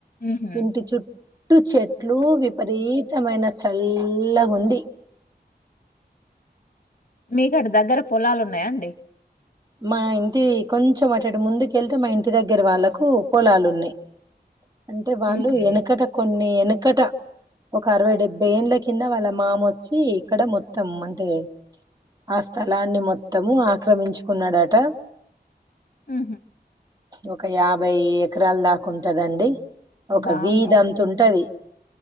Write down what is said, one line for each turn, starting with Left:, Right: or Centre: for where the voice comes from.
Left: ఉహు
Right: ఇంటి చుట్ట టు చెేట్ ఎట్లు విపరీతమైన చల్ కొంది
Left: మీకుడ దగ్గర పొలాలు ఉన్నాయా అండి
Right: మా ఇంటి కొంచెం అట్ంటి ముందుకెళ్తే మా ఇంటి దగ్గర వాళ్ళలకు పొలాలు ఉన్నాయి అంటే వాళ్ళు
Left: ఉహు
Right: వెనకట కొన్ని వెనక ఇక్కట ఒక అరవై డెబ్బై ఏంల కింద వాళ్ళ మామ వచ్చి ఇక్కడ మొత్తం అంటే ఆ స్థలాన్ని మొత్తము ఆక్రమించు కున్నాడాట
Left: ఆ
Right: ఒక యాభై ఎకరలు దాకాంటదండి ఒక
Left: వామ్మో
Right: వీధి అంత ఉంటది